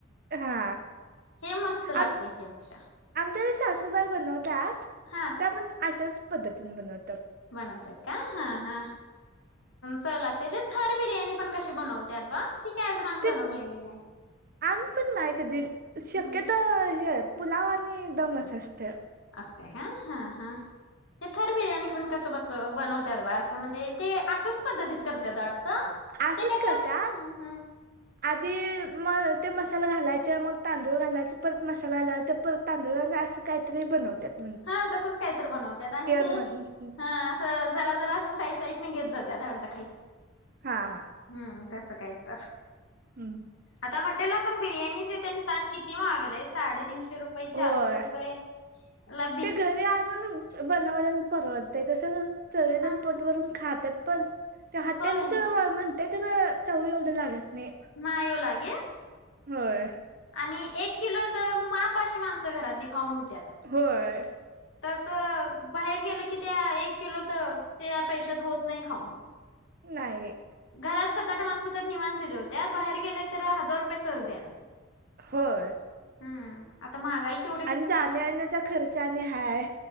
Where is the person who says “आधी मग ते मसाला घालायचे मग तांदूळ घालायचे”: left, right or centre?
Right